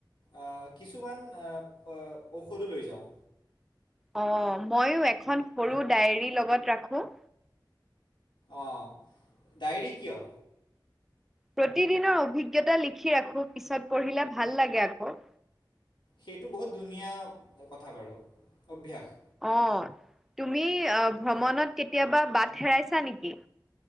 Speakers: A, on the left; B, in the centre.
A: আ কিছুমান অ আ ঔষধো লৈ যাওঁ।
B: অ, মইয়ো এখন সৰু ডায়েৰীৰ লগত ৰাখোঁ।
A: অ, ডায়েৰী কিয়?
B: প্ৰতিদিনৰ অভিজ্ঞতা লিখি ৰাখো পিছত পঢ়িলে ভাল লাগে আকৌ।
A: সেইটো বহুত ধুনীয়া কথা বাৰু অভ্যাস।
B: অ, তুমি আহ, ভ্ৰমণত কেতিয়াবা বাট হেৰাইছা নেকি?